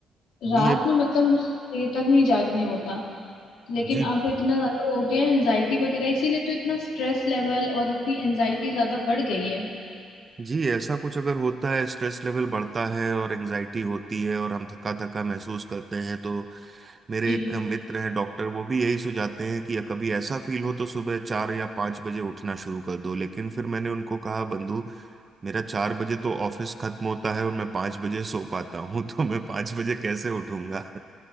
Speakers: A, on the right; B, on the left.
A: जी
B: रात
A: ये
B: में मतलब मुझसे देर तक नहीं जागने होता लेकिन
A: जी
B: अब इतना ज्यादा हो गया है एनजाइटी वगैरह इसीलिए तो इतना स्ट्रेस लेवल और इतनी एनजाइटी ज्यादा बढ़ गई है
A: जी ऐसा कुछ अगर होता है स्ट्रेस लेवल बढ़ता है और एंजाइटी होती है और हम थका थका महसूस करते हैं तो मेरे
B: जी
A: एक मित्र हैं डॉक्टर वो भी यही सुझाते हैं कि कभी ऐसा फील हो तो सुबह चार या पाँच बजे उठना शुरू कर दो लेकिन फिर मैंने उनको कहा बंधु मेरा चार बजे तो ऑफिस खत्म होता है और मैं पाँच बजे सो पाता हूँ तो मैं पाँच बजे कैसे उठूंगा